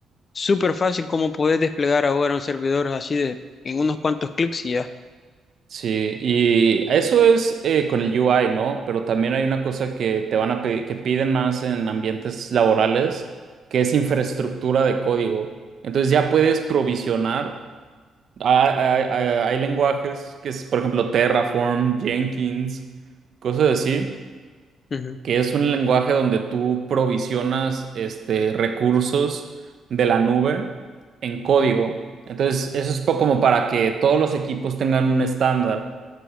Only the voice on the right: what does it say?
Sí, y eso es eh, con el UI, ¿no? Pero también hay una cosa que te van a pe- que piden más en ambientes laborales, que es infraestructura de código. Entonces ya puedes provisionar. Ah, Hay, hay- hay lenguajes que es, por ejemplo, Terraform, Jenkins, cosas así,
que es un lenguaje donde tú provisionas este, recursos de la nube en código. Entonces, eso es po- como para que todos los equipos tengan un estándar